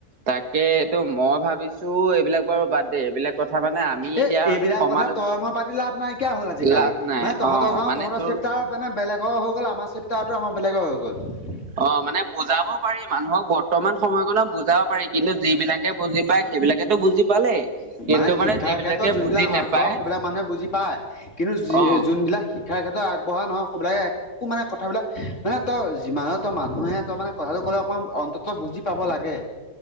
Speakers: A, on the right; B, on the left.
A: তাকে এইটো মই ভাবিছো। এইবিলাক বাৰু বাদ দে এইবিলাক। কথা মানে আমি
B: এ
A: এতিয়া
B: এইবিলাক
A: সমালোচ
B: কথা তই মই পাতি লাভ নাইকিয়া হ'ল আজিকালি
A: লাভ নাই
B: মানে তহঁতৰ
A: অ
B: গাওঁ
A: মানে
B: তহঁতৰ
A: তোৰ
B: চেক। তাৰপানে মানে বেলেগৰ হৈ গ'ল আমাৰ চিপ্তাৰটো আমাৰ বেলেগৰ হৈ গ'ল।
A: অ' মানে বুজাব পাৰি মানুহক বৰ্তমান সময়কনত বুজাব পাৰি কিন্তু যি বিলাকে বুজি পায়। সেইবিলাকেটো বুজি। পালেই কিন্তু
B: মানে শিক্ষাৰ
A: যিবিলাকে
B: ক্ষেত্ৰত যোনবিলাক
A: বুজি নেপায়
B: আগবঢ়া, সেইবিলাক মানুহে বুজি পায়। কিন্তু
A: অ
B: যোনবিলাক শিক্ষা তেখেতৰ আগবঢ়া নহয়। বে একো মানে কথাবিলাক মানে তই যিমান তই মানুহে তই মানে কথাটো ক'লে অকণমান অন্তত বুজ। বুজি পাব লাগে।